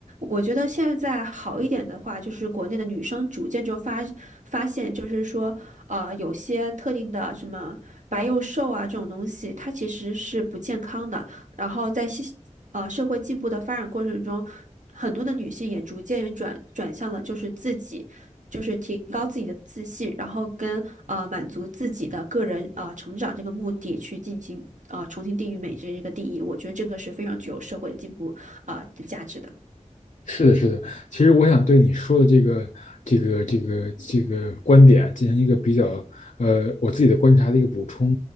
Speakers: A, on the right; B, on the left.
A: 我觉得现在好一点的话，就是国内的女生逐渐就发发现，就是说，呃，有些特定的什么白幼瘦啊这种东西，它其实是不健康的。然后在西呃社会进步的发展过程中，很多的女性也逐渐转转向了就是自己，就是提高自己的自信，然后跟呃满足自己的个人啊成长这个目的去进行呃重新定义美这一个定义。我觉得这个是非常具有社会进步啊、呃的价值的。
B: 是的，是的。其实我想对你说的这个、这个、这个、这个观点进行一个比较，呃，我自己的观察的一个补充。